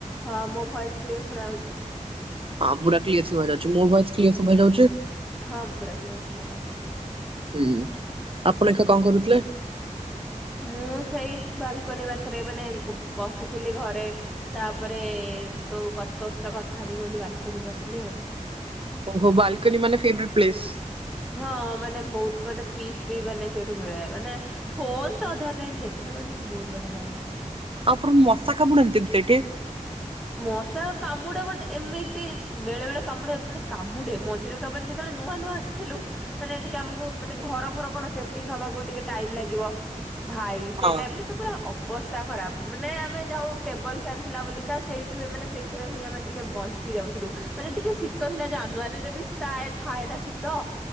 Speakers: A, in the centre; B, on the right.
A: ହଁ ମୋ voice clear ଶୁଣା ହୋଉଚି।
B: ହଁ ପୁରା କ୍ଲିୟର ସୁଭାଯାଉଛି ମୋ ଭଏସ କ୍ଲିୟର ସୁଭାଯାଉଚି।
A: ହଁ ପୁରା କ୍ଲିୟର ଶୁଣାଯାଉଛି ।
B: ହୁଁ ଆପଣ ଏକା କଁ କରୁଥିଲେ ।
A: ମୁଁ ସେଇ ବାଲ୍କୋନି ପାଖରେ ମାନେ ବସିଥିଲି ଘରେ ତାପରେ ତୋ କ ତୋ ସହିତ କଥା ହେବି ବୋଲି ବାଲ୍କୋନିକୁ ଆସିଲି ଆଉ । <inaudible>
B: ଓହୋ ବାଲ୍କୋନି ମାନେ ଫେବ୍ରେଟ୍ ପ୍ଲେସ।
A: ହଁ ମାନେ ବହୁତ ମତେ ପିସ୍ ବି ମାନେ ସେଇଠୁ ମିଳେ ମାନେ ଫୋନ ତ ଅଧା ଟାଇମ ଦେଖେ । <unintelligible> ମତେ ବୋହୁତ ବଢ଼ିଆ ଲାଗେ।
B: ଆପର ମଶା କାମୁଡନ୍ତିନି ସେଇଠି।
A: ମଶା କାମୁଡେ ବଟ୍ ଏମିତି ବେଳେ ବେଳେ କାମୁଡେ ମାନେ କାମୁଡେ ମଝିରେ ତ ମାନ ଯେତେବେଳେ। ନୂଆ ନୂଆ ଆସିଥିଲୁ ମାନେ ଟିକେ ଆମକୁ ମାନେ ଘର ଫର କଣ ସେଟିଙ୍ଗ ହବାକୁ ଟିକେ ଟାଇମ ଲାଗିବ । ଭାଇ ସେ
B: ହଁ
A: ଟାଇମରେ ତ ପୁରା ଅବସ୍ଥା ଖରାପ ମାନେ ଆମେ ଯାଉ ଟେବଲ ପ୍ୟାନ ଥିଲା ବୋଲି । କା ସେଇଠୁ ଏମାନେ ସେଇଥିରେ ହିଁ ଆମେ ଟିକେ ବଞ୍ଚି ଯାଉଥିଲୁ ମାନେ ଟିକେ ଶୀତ ଥିଲା ଜାନୁଆରୀରେ ବି ଥାଏ ଥାଏ ନା ଶୀତ